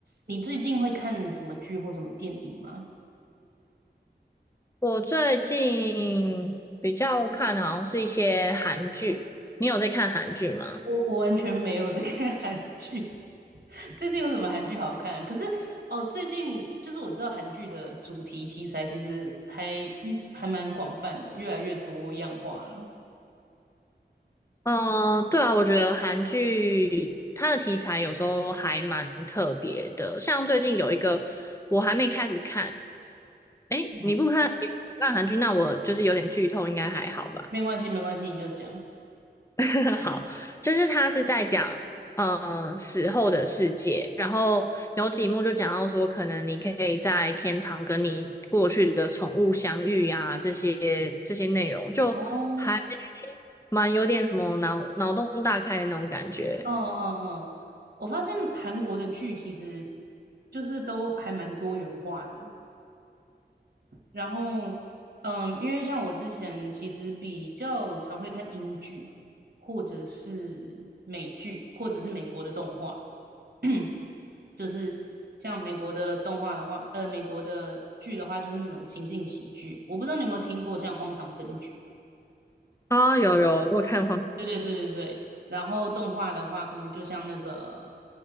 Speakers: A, on the right (about 60°); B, on the left (about 15°).
A: 你最近会看什么剧或什么电影吗？
B: 我最近比较看的好像是一些韩剧，你有在看韩剧吗？
A: 我我完全没有在看 <laughs> 韩剧，<laughs> 最近有什么韩剧好看？可是哦，最近就是我知道韩剧的主题题材其实还越还蛮广泛的，越来越多样化了。
B: 嗯，对啊，我觉得韩剧它的题材有时候还蛮特别的，像最近有一个我还没开始看，诶，
A: 嗯，
B: 你不看你不看韩剧，那我就是有点剧透，应该还好吧？
A: 没关系，没关系，你就讲。
B: <laughs> 好，就是他是在讲，嗯，死后的世界，然后有几幕就讲到说，可能你可以在天堂跟你过去的宠物相遇呀、这些这些内容就还
A: 哦，嗯
B: 蛮有点什么脑脑洞大开的那种感觉
A: 嗯嗯，我发现韩国的剧其实就是都还蛮多元化的，然后，嗯，因为像我之前其实比较常会看英剧，或者是美剧，或者是美国的动画，<clears throat> 就是像美国的动画的话，呃，美国的剧的话，就是那种情境喜剧。我不知道你有没有听过像《荒唐分局》？
B: 啊，有有，我有看黄
A: 对对对对对。然后动画的话，可能就像那个